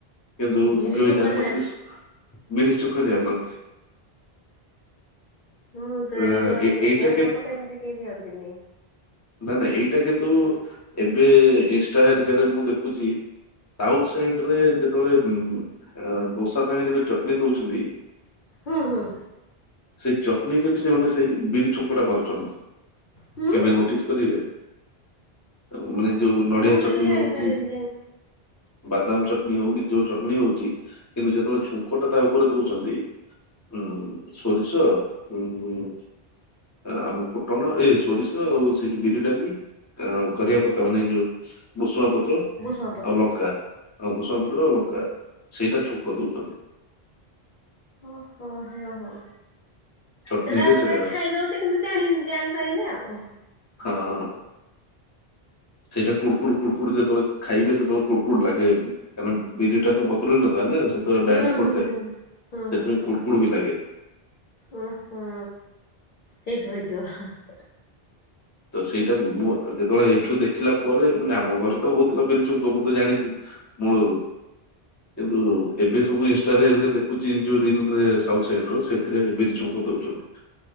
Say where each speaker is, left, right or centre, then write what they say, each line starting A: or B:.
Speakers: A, on the left; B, on the left.
A: କିନ୍ତୁ
B: ଏ ବିରି
A: ମୁଁ କେବେ
B: ଛୁଙ୍କଟା
A: ଜାଣିନଥିଲି ବିରି ଛୁଙ୍କ ଜାଣିନଥିଲି।
B: ମୁଁ ତ
A: ଅ,
B: ଦେଲା ନୂଆ
A: ଏ-
B: ଶୁଣୁଛି
A: ଏଇଟା
B: ଆମ
A: କିନ୍ତୁ
B: ପଟେ ଏମିତି କେହି ଦିଅନ୍ତିନି।
A: ନା ନା ଏଇଟା କିନ୍ତୁ ଏବେ ଇନ୍ଷ୍ଟା ହେରିକା ରେ ମୁଁ ଦେଖୁଛି ସାଉଥ୍ ସାଇଡ୍ ରେ ଯେତେବେଳେ ଉମ ଅ ଦୋସା ସାଙ୍ଗରେ ଯୋଉ ଚଟଣି ଦଉଛନ୍ତି
B: ହୁଁ ହୁଁ।
A: ସେଇ ଚଟଣିଟା ବି ସେମାନେ ସେଇ ବିରି ଛୁଙ୍କଟା ମାରୁଛନ୍ତି
B: ହୁଁ
A: କେବେ ନୋଟିସ୍ କରିବେ ଆଉ ମାନେ ଯୋଉ ନଡ଼ିଆ
B: ମୁଁ ସେଇଟା
A: ଚଟଣି
B: ଜାଣିପାରେନି
A: ହଉ କି
B: କାହିଁ
A: ବାଦାମ ଚଟଣି ହଉ କି ଯୋଉ ଚଟଣି ହଉଛି କିନ୍ତୁ ଯେତେବେଳେ ଛୁଙ୍କ ଟା ତା ଉପରେ ଦଉଛନ୍ତି ହୁଁ ସୋରିଷଁ ଉମ ଆମ ଫୁଟଣ ଏ ସୋରିଷ ଆଉ ସେ ବିରି ଡାଲି ଆ କରିବାପତ୍ତା ମାନେ ଯୋଉ ଭୂଷଙ୍ଗ ପତ୍ର
B: ଭୃଷଙ୍ଗ ପତ୍ର।
A: ଆଉ ଲଙ୍କା ଆଉ ଭୁସଙ୍ଗ ପତ୍ର ଅଉ ଲଙ୍କା ସେଇଟା ଛୁଙ୍କ ଦଉଛନ୍ତି।
B: ଓ ହୋ ହେଅ ହ।
A: ଚଟଣିରେ
B: ସେଟା ମାନେ
A: ସେଇଟା
B: ଖାଇଦଉଛି କିନ୍ତୁ ଜାଣିନି ଜାଣି ପାରେନି ଆଉ।
A: ହଁ। ସେଇଟା କୁଡ଼ୁକୁଡ଼ୁ କୁଡ଼ୁକୁଡ଼ୁ ଯେତେବେଳେ ଖାଇବେ ସେତେବେଳେ କୁଡ଼ୁ କୁଡ଼ୁ ଲାଗେ। କାରଣ ବିରିଟା ତ ବତୁରେହେଇ ନଥାଏ ନା ସେ ତ
B: ହଁ
A: ଡାଇରେକ୍ଟ
B: ହଁ
A: ପଡ଼ି ଥାଏ ସେଥିପାଇଁ
B: ହଁ ହଁ ହଁ
A: କୁଡ଼କୁଡ଼ ବି ଲାଗେ।
B: ଓ ହଁ ହେଇଥିବ ହେଇଥିବ।
A: ତ ସେଇଟା ମୁଁ ଯେତେବେଳେ ଏଇଠୁ ଦେଖିଲା ପରେ ମାନେ ଆମ ଘରେ ତ ହଉଥିଲା ବିରିଛୁଙ୍କ ମୁ ତ ଜାଣିଛି ମୁଳରୁ କିନ୍ତୁ ଏବେ ସବୁ ଇନ୍‌ଷ୍ଟାରେ ହେରିକା ଦେଖୁଛି ଯୋଉ ରିଲ୍ ରେ ସାଉଥ୍ ସାଇଡ୍ ର ସେଥିରେ ବିରିଛୁଙ୍କ ଦଉଛନ୍ତି।